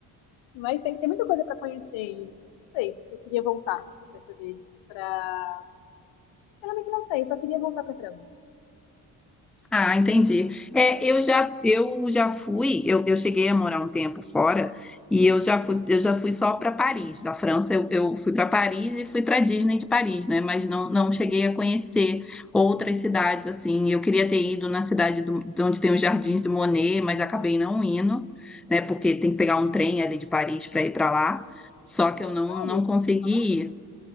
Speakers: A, on the left; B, in the centre.
A: Mas tem, tem muita coisa para conhecer, e não sei, eu queria voltar dessa vez para. Realmente não sei, eu só queria voltar para França.
B: Ah, entendi. É, eu já, eu já fui, eu, eu cheguei a morar um tempo fora e eu já fui, eu já fui só para Paris, da França. Eu, eu fui para Paris e fui para Disney de Paris, né? Mas não, não cheguei a conhecer outras cidades assim. Eu queria ter ido na cidade do, de onde tem os Jardins do Monet, mas acabei não indo, né? Porque tem que pegar um trem ali de Paris para ir para lá. Só que
A: Versalhes,
B: eu não,
A: como
B: não consegui
A: você tá falando?
B: ir.